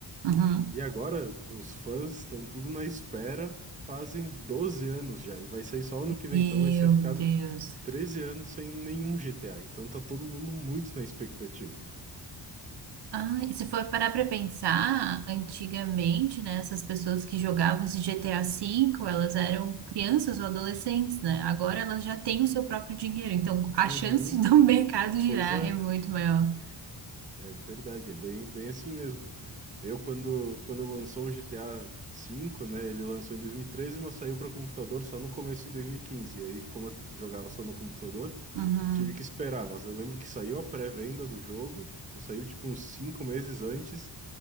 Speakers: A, on the right (about 70°); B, on the right (about 20°).
A: Uhum.
B: e agora os fãs estão tudo na espera, fazem 12 anos já, e vai sair só ano que vem.
A: Meu
B: Então vai ser ficado
A: Deus.
B: 13 anos sem nenhum GTA. Então tá todo mundo muito na expectativa.
A: Ah, e se for parar pra pensar, antigamente, né, essas pessoas que jogavam esse GTA V, elas eram crianças ou adolescentes, né? Agora elas já têm o seu próprio dinheiro, então a
B: Uhum,
A: chance do <laughs> mercado girar
B: pois é.
A: é muito maior.
B: É verdade, é bem, bem assim mesmo. Eu, quando, quando lançou o GTA V, né? Ele lançou em 2013, mas saiu para computador só no começo de 2015. E quinze. E aí, como eu jogava só no computador,
A: Uhum.
B: tive que esperar. Mas eu lembro que saiu a pré-venda do jogo, saiu tipo uns cinco meses antes.